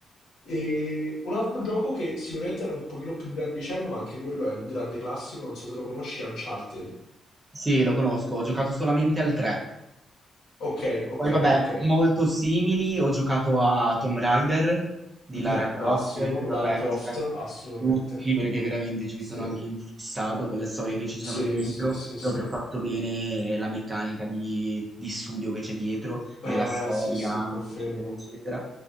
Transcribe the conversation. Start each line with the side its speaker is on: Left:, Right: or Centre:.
Left: E un altro gioco che sicuramente era un pochino più grandicello, ma anche quello è un grande classico, non so se lo conosci, è Uncharted.
Right: Sì, lo conosco, ho giocato solamente al 3.
Left: Ok, ok, ok.
Right: Poi vabbè,
Left: ok.
Right: molto simili, ho giocato a Tomb Raider di
Left: Beh,
Right: Lara Croft,
Left: classico.
Right: che
Left: Lara
Right: vabbè,
Left: Croft,
Right: ne ho giocati
Left: assolutamente.
Right: tutti perché veramente ci
Left: Sì,
Right: mi sono anche infissato con le storie che ci sono
Left: sì,
Right: dietro,
Left: sì, sì, sì.
Right: proprio fatto bene la meccanica di, di studio che c'è dietro,
Left: Eh,
Right: della storia
Left: sì, sì,
Right: anche,
Left: confermo.
Right: eccetera, eccetera.